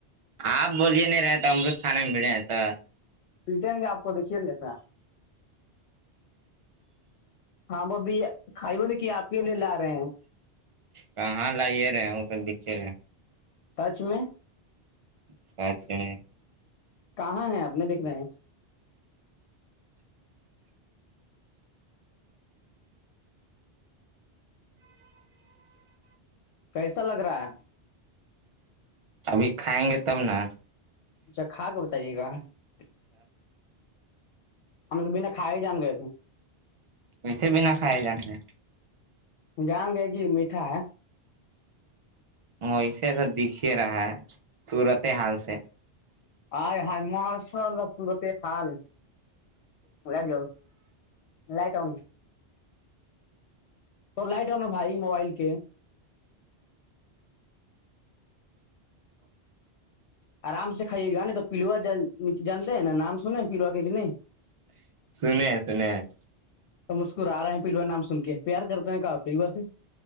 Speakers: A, on the right; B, on the left.
A: آپ بولیے نہیں رہے تو امرت خانے میں بھیڑے ہیں تو
B: بٹین کا آپ کو دھییال جا ہے ہاں وہ اب کھائی وہ نے کی آپ کے لیے لا رہے ہیں
A: کہاں لائیے رہے وہ تو دکھے رہے
B: سچ میں
A: سچھے
B: کہاں ہے آپ نے دیکھ رہے ہیں کیسا لگ رہا ہے
A: ابھی کھائیں گے تب نا
B: اچھا کھا کے بتائیے گا ہملب بنا کھائے ہی جان گئےے تھے
A: وے بھینا کھائے جاے
B: جائؤں گے کہ میٹھا ہے
A: ویسے تو دکھے رہا ہے صورت حال سے
B: آ ہائی مارشاء ال سورتے خال گڈ لائٹ آؤ تو لائٹ ہے نا بھائی موبائل کے آرام سے کھائیے گا ن تو پلوا جانتے ہیں نا نام سنے پلوا کے نہیں
A: سن سن
B: ہم مسکرا رہے ہیں پلوا نام سن کے پیار کرتے ہیں کہ پلوا سے